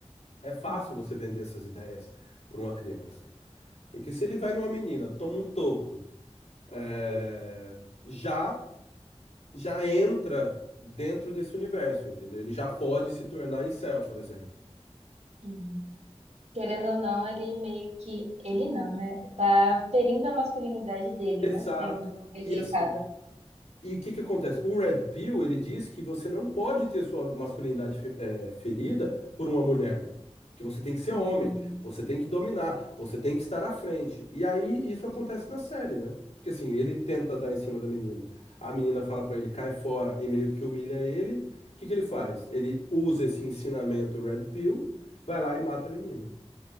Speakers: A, on the left (about 90°); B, on the right (about 75°).
A: é fácil
B: uhum,
A: você vender essas ideias para uma criança. Porque se ele vai numa menina, toma um toco, é, já, já entra dentro desse universo, entendeu? Ele já pode se tornar incel, por exemplo.
B: uhum. Querendo ou não, ele meio que. Ele não, né? Tá ferindo a masculinidade dele,
A: Exato.
B: né? Sendo rejeitado.
A: E assim. E o que que acontece? O Red Pill, ele diz que você não pode ter sua masculinidade fe- eh, ferida por uma mulher. Que você tem que ser homem,
B: Hum,
A: você tem que dominar, você tem que estar à frente. E aí isso acontece na série, né? Porque assim, ele tenta dar em cima da menina. A menina fala pra ele, cai fora e meio que humilha ele. O que que ele faz? Ele usa esse ensinamento Red Pill, vai lá e mata a menina.